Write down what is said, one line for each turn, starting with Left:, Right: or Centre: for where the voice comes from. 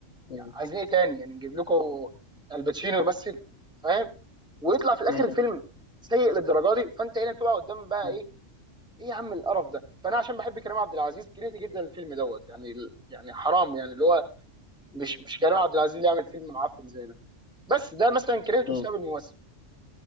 Left: مم.
Centre: يعني عايزين ايه تاني يعني نجيب لكم الباتشينو يمثل فاهم ويطلع في الاخر
Left: مم.
Centre: الفيلم سيء للدرجه دي فانت هنا بتبقى قدام بقى
Left: مم.
Centre: ايه ايه يا عم القرف ده فانا عشان بحب كريم عبد العزيز كرهت جدا الفيلم دوت يعني يعني حرام يعني اللي هو مش مش كريم عبد العزيز اللي يعمل فيلم معفن زي ده بس ده مثلا كرهته
Left: مم.
Centre: بسبب الممثل